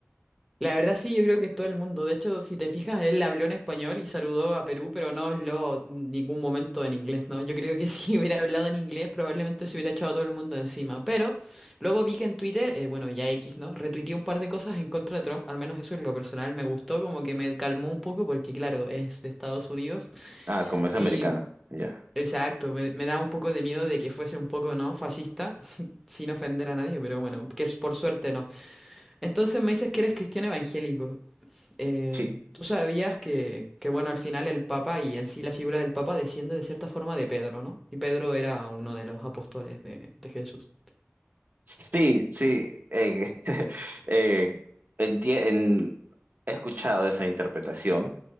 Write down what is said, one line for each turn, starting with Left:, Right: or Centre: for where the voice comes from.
Centre: La verdad sí, yo creo que todo el mundo. De hecho, si te fijas, él habló en español y saludó a Perú, pero no habló ningún momento en inglés, ¿no? Yo creo que <laughs> si hubiera hablado en inglés, probablemente se hubiera echado a todo el mundo encima. Pero luego vi que en Twitter, eh, bueno, ya X, ¿no? Retuiteé un par de cosas en contra de Trump, al menos eso en lo personal me gustó, como que me calmó un poco, porque claro, es de Estados Unidos.
Right: Ah, como es
Centre: Y
Right: americano, ya.
Centre: Exacto, me, me da un poco de miedo de que fuese un poco, ¿no? Fascista, <laughs> sin ofender a nadie, pero bueno, que es- por suerte no. Entonces me dices que eres cristiano evangélico. Eh,
Right: Sí,
Centre: ¿tú sabías que, que, bueno, al final el Papa y en sí la figura del Papa desciende de cierta forma de Pedro, ¿no? Y Pedro era uno de los apóstoles de, de Jesús.
Right: sí, sí. eh, <laughs> eh, entie- en- he escuchado esa interpretación.